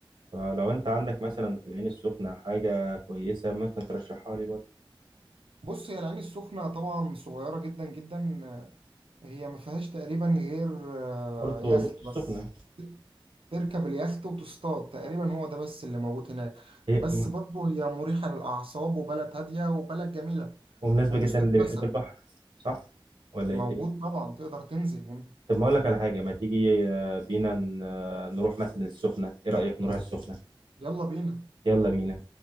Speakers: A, on the right (about 65°); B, on the right (about 80°).
A: فلو انت عندك مثلا في العين السخنه حاجه كويسه ممكن ترشحها لي برضه
B: بص هي العين السخنة طبعا صغيرة جدا جدا هي ما فيهاش تقريبا غير آه،
A: بورتو
B: يخت
A: بورتو
B: بس
A: السخنه
B: تركب اليخت وتصطاد تقريبا هو ده بس اللي موجود هناك
A: هي
B: بس
A: م-
B: برضه هي مريحة للأعصاب وبلد هادية وبلد جميلة
A: ومناسبه
B: ومستحدثة
A: جدا للي بيحب البحر صح ولا
B: موجود
A: ايه الدنيا
B: طبعا تقدر تنزل ون...
A: طب ما اقول لك على حاجه ما تيجي آه، بينا ن- آه، نروح مثلا السخنه ايه رايك نروح السخنه
B: يلا بينا
A: يلا بينا